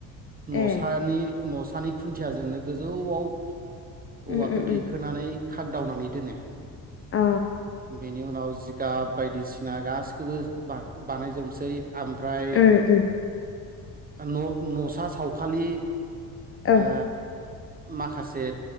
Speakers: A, on the right; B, on the left.
A: <unintelligible> न'सानि
B: ए
A: न'सानि खुन्थियाजोंनो गोजौआव औवाखौ
B: उम उम
A: दैखोनानै
B: उम
A: खागदावनानै दोनो
B: अ
A: बेनि उनाव जिगाब बायदिसिना गासिखौबो बानायजोबनोसै ओमफ्राय
B: अ उम उम
A: न न'सा सावखालि ओ
B: औ
A: माखासे